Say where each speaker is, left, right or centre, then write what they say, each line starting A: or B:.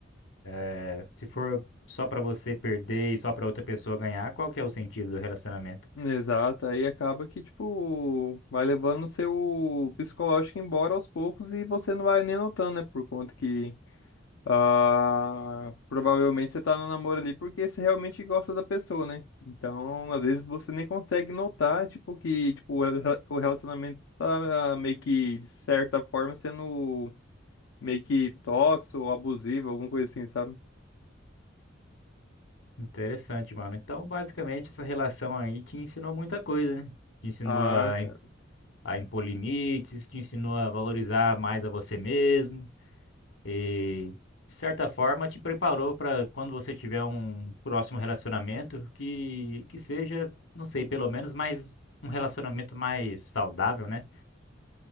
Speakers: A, on the left (about 65°); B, on the left (about 90°).
A: É, se for só pra você perder e só pra outra pessoa ganhar, qual que é o sentido do relacionamento?
B: Exato, aí acaba que tipo vai levando o seu psicológico embora aos poucos e você não vai nem notando, né, por conta que Ah, provavelmente você tá no namoro ali porque você realmente gosta da pessoa, né? Então, às vezes você nem consegue notar, tipo, que tipo, o rela- o relacionamento tá meio que, de certa forma, sendo meio que tóxico ou abusivo, alguma coisa assim, sabe?
A: Interessante, mano. Então, basicamente, essa relação aí te ensinou muita coisa, né? Te ensinou
B: Ah,
A: a, im-
B: cara.
A: a impor limites, te ensinou a valorizar mais a você mesmo e, de certa forma, te preparou para quando você tiver um próximo relacionamento que, que seja, não sei, pelo menos mais um relacionamento mais saudável, né?